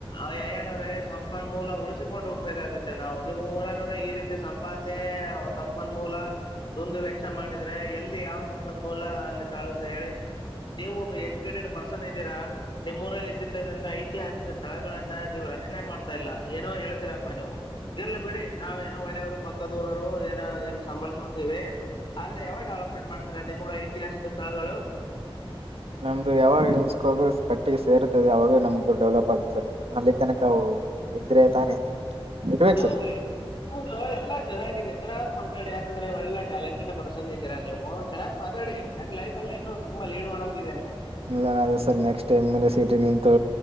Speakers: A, on the left; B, on the right.
A: ಅಯ್ಯಣ್ಣವ ಅವ್ರೇ ಸಂ ಪಾನ್ ಮೂಲ ಉಳಿಸಿಕೊಂಡ್ ಹೋಗ್ಬೇಕಾಗತ್ತೆ ನಾವು. ಇಲ್ಲಿ ನಿಮೂರನ್ ನೂರ ಈ ರೀತಿ ಸಂಪಾದನೆ. ಸಂಪನ್ಮೂಲ ದುಂದು ವೆಚ್ಚ ಮಾಡಿದ್ರೆ ಎಲ್ಲಿ ಯಾವ ಸಂಪನ್ಮೂಲ ಅಲ್ಲಿ ತಾಳುತ್ತೆ ಹೇಳಿ ನೀವು ಒಬ್ಬ ಎಜುಕೇಟೆಡ್ ಪರ್ ಸನ್ ಇದೀರಾ ನಿಮ್ಮ್ ಊರಲ್ಲಿ ಇದ್ದಿರ್ತಕ್ಕಂತ ಐತಿಹಾಸಿಕ ಸ್ಥಳಗಳನ್ನ ನೀವು ರಕ್ಷಣೆ ಮಾಡ್ತಾ ಇಲ್ಲಾ ಏನೋ ಹೇಳ್ತೀರಪ್ಪಾ ನೀವು ಇರ್ಲಿ ಬಿಡಿ ನಾವ್ ಏನೋ ಒಳ್ಳೆಯವರು ಪಕ್ಕದೂರವರು ಏನೋ ಏನ ಸಂಭಾಸ್ಕೊಂತೀವಿ ಆದ್ರೆ ಯಾವ ಡೆವಲಪ್ಮೆಂಟ್ ಮಾಡ್ತೀರಾ ನಿಮ್ಮೂರ ಐತಿಹಾಸಿಕ ಸ್ಥಳಗಳು.
B: ನಮ್ದು ಯಾವಾಗ <unintelligible> ಪಟ್ಟಿಗೆ ಸೇರ್ತದೆ ಯಾವಾಗ ನಮ್ದು ಡೆವಲಪ್ ಆಗ್ಗತ್ ಸರ. ಅಲ್ಲಿ ತನಕವು. ಇದ್ರೆ ತಾನೆ. ಇರ್ಬೇಕು
A: ನಿಲ್
B: ಸರ್
A: ಬೈ <unintelligible> ಎಲ್ಲಾ ಚೆನ್ನಾಗಿದೆ ಚೆನ್ನ್ ಮಾತಾಡಿ ಯಾಕಂದ್ರೆ ಒಳ್ಳೆಟ್ಯಾಲೆಂಟೆಡ್ ಪರ್ಸನ್ ಇದ್ದೀರಾ ನೀವು ಚೆನ್ನಾಗಿ ಮಾತಾಡಿ ಯಾಕೆ ಲೈಫ್ಲ್ ಇನ್ನು ತುಂಬಾ ಲೀಡ್ ಮಾಡೋದಿದೆ ನೀವು.
B: ಇನ್ ಏನ್ ಅದ sir next M L A city ನಿಂತು